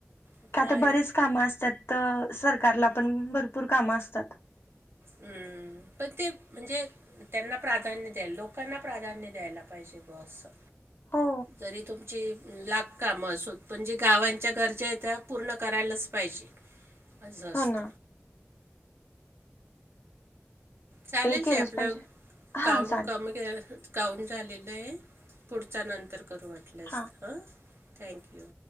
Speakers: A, on the right; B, on the left.
A: आता
B: का तर
A: आहे
B: बरेच कामं असतात तर सरकारला पण भरपूर कामं असतात.
A: हम्म. प ते म्हणजे त्यांना प्राधान्य द्याला लोकांना प्राधान्य द्यायला पाहिजे बस असं.
B: हो
A: जरी तु ची लाक कामं असोत पण जे गावांच्या गरजा आहेत त्या पूर्ण करायलाच पाहिजे.
B: <inaudible>
A: अज असत.
B: ना
A: चालेल
B: केलंच
A: ते आपलं
B: पाहिजे हा
A: काउंट
B: चालेल
A: कमी काउंट झालेलं आहे. पुढचा नंतर करू वाटलस
B: हा
A: तर हं. थँक्यू.